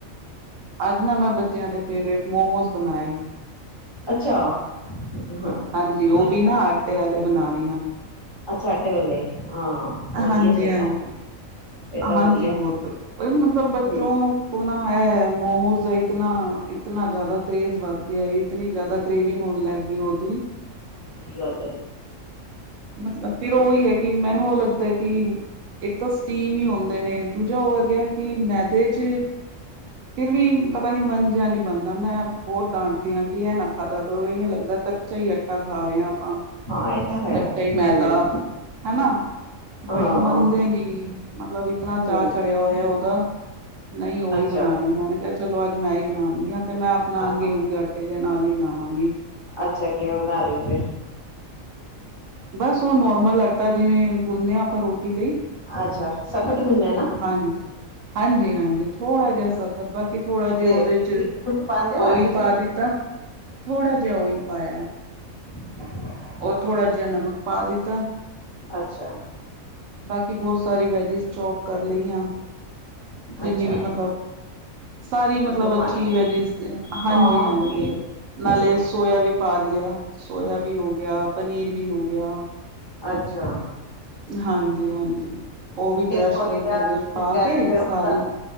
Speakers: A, on the right; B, on the left.
A: ਆੱਜ ਨਾ ਮੈਂ ਬੱਚੇਆਂ ਦੇ ਫੇਵਰੇਟ ਮੋਮੋਸ ਬਨਾਏ।
B: ਅੱਛਾ ਹਾਂ
A: ਹਾਂਜੀ, ਓ
B: ਅੱਛਾ
A: ਵੀ ਨਾ ਆਟੇ ਆਲੇ ਬਨਾ ਰੀ ਆਂ।
B: ਅੱਛਾ, ਆਟੇ ਵਾਲੇ, ਹਾਂ ਵਦੀਐ
A: ਹਾਂਜੀ
B: ਫੇਰ
A: ਹਾਂਜੀ
B: ਤਾਂ। ਫੇਰ ਤਾਂ
A: ਹਾਂਜੀ,
B: ਵਧੀਆ
A: ਬੋਤ ਵਦੀਆ ਕੋਈ ਮਤਲਬ ਬੱਚੋਂ
B: ਹਮ
A: ਕੋਨਾ ਹੈ ਮੋਮੋਜ਼ ਦਾ ਇਤਨਾ ਇ ਇਤਨਾ ਜਾਦਾ ਕਰੇਜ਼ ਵੱਧ ਗੇਆ, ਇਤਨੀ ਜਾਦਾ ਕਰੇਵਿੰਗ ਹੋਨ ਲਾੱਗ ਗੀ ਓਦੀ
B: ਸਈ ਗਾੱਲ ਏ।
A: ਮਤਲਬ ਫੇਰ ਓਈ ਹੈ ਕਿ ਮੈਨੂੰ ਓ ਲਗਦੈ ਕਿ ਇੱਕ ਤਾਂ ਸਟੀਮ ਹੀ ਹੋਂਦੇ ਨੇ, ਦੂਜਾ ਓ ਹੈਗੇ ਕਿ ਮੈਦੇ ਚ ਫਿਰ ਵੀ ਪਤਾ ਨੀ ਮਨ ਜੇਆ ਨੀ ਬਨਦਾ, ਮੈਂ ਬੋਤ ਡਾਂਟਦੀ ਆਂ ਕਿ ਐ ਨਾ ਖਾਦਾ ਕਰੋ ਇਵੇਂ ਲਗਦੈ ਕੱਚਾ ਈ ਐ। ਚਾ ਖਾ ਰੇ ਆਂ ਆਪਾਂ।
B: ਹਾਂ ਇਹ ਤਾਂ ਹੈ
A: ਕੱਚਾ ਈ ਮੈਦਾ
B: ਹੂੰ
A: ਹਨਾ,
B: ਹਾਂ
A: ਬਟ ਮੰਨਦੇ ਨੀ। ਮਤਲਬ ਇਤਨਾ
B: ਹੂੰ
A: ਚਾਅ ਚੜੇਆ ਹੋਏਆ ਓਦਾ, ਨਹੀਂ ਓਈ
B: ਅੱਛਾ
A: ਬਣਾਣੈ। ਮੈਂਨੇ ਕੇਆ ਚਲੋ ਆੱਜ ਮੈਂ ਈ ਬਨਾਨੀ ਆਂ, ਤੇ ਮੈਂ ਅਪਨਾ
B: ਅ
A: ਗੇਂਹੂ ਦੇ ਆਟੇ ਦੇ ਨਾਲ ਈ ਬਨਾਵਾਂਗੀ।
B: ਅੱਛਾ, ਕਿਵੇਂ ਬਣਾ ਰੇ ਓ ਫੇਰ?
A: ਬਾੱਸ ਓ ਨੋਰਮਲ ਆਟਾ ਜਿਵੇਂ ਗੁੰਨਦੇ ਆਂ ਆਪਾਂ ਰੋਟੀ ਲਈ
B: ਅੱਛਾ, ਸਖਤ ਗੁੰਨਨਾ ਐ ਨਾ?
A: ਹਾਂਜੀ, ਹਾਂਜੀ, ਹਾਂਜੀ ਥੋੜਾ ਜਾ ਸਖਤ ਬਾਕੀ ਥੋੜਾ
B: ਤੇ
A: ਜਾ ਓਦੇ ਚ
B: ਕੁਛ ਪਾਉਂਦੇ ਹੋ
A: ਓਇਲ
B: ਆਟੇ ਚ
A: ਪਾ ਦਿੱਤਾ, ਥੋੜਾ ਜਾ ਓਇਲ ਪਾਏਆ।
B: <inaudible>
A: ਓ ਥੋੜਾ ਜਾ ਨਮਕ ਪਾ ਦਿੱਤਾ।
B: ਅੱਛਾ।
A: ਬਾਕੀ ਬੋਤ ਸਾਰੀ ਵੈਜਿਸ ਚੋਪ ਕਾਰ ਲਈਆਂ, ਜਿੰਨੀ
B: ਅੱਛਾ
A: ਵੀ ਮਤਲਬ ਸਾਰੀ ਮਤਲਬ
B: ਜੋ
A: ਅੱਛੀ
B: ਪਾਣੀ ਹੈ
A: ਵੈਜਿਸ ਅ ਹਾਂਜੀ,
B: ਹਾਂ
A: ਹਾਂਜੀ।
B: ਗ੍ਰੀਨ
A: ਨਾਲੇ
B: ਹਾਂ
A: ਸੋਏਆ ਵੀ ਪਾ ਲਿਆ, ਸੋਏਆ ਵੀ ਹੋ ਗੇਆ, ਪਨੀਰ ਵੀ ਹੋ ਗੇਆ।
B: ਅੱਛਾ।
A: ਹਾਂਜੀ, ਹਾਂਜੀ। ਉਹ ਵੀ
B: ਤੇ
A: ਕਰਸ਼
B: ਸੋਏਆ
A: ਕਰਕੇ ਉਹਦੇ
B: <unintelligible>
A: ਚ ਪਾ ਕੇ ਸਾਰੀ